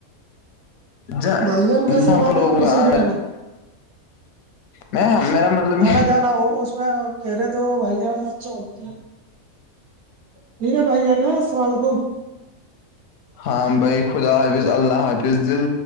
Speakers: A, on the left; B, on the right.
A: جپ
B: بھائی جان کیسے آواز
A: لوگ
B: آپ کی صحیح
A: آ
B: نہیں رہی
A: میں میرا مطلب
B: آنا جانا ہو اس میں کہہرے تو بھائی جان اچھے ہوتے ہیں ٹھیک ہے بھائی نا سر ل کوو
A: ہاں بھائی خدا حافظ اللہ حافظ دل